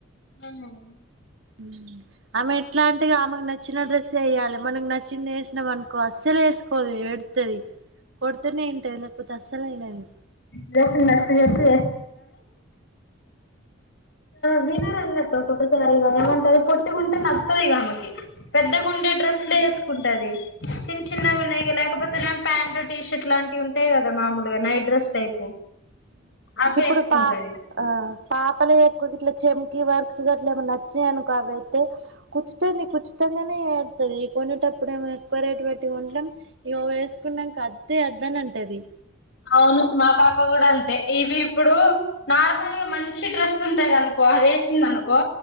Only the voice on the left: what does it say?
అ <unintelligible>
డ్రెస్సులు నచ్చ చెప్పి వినారణట ఒక్కొక్క సారిగా ఏమంట పొట్టి గుంటే నచ్చదు ఇంకా ఆమెకి పెద్దగా ఉండే డ్రెస్సులే వేసుకుంటది చిన్న చిన్నగా ఉన్నాయి లేకపోతే ప్యాంట్ టీషర్ట్ లాంటివి ఉంటాయి కదా మామూలుగా నైట్ డ్రెస్ టైపు అవి
వేసుకుంటది
అవును మా పాప కూడా అంతే ఇవి ఇప్పుడు నార్మల్ గా మంచి డ్రెస్ ఉంటాదనుకో అది వేసింది అనుకో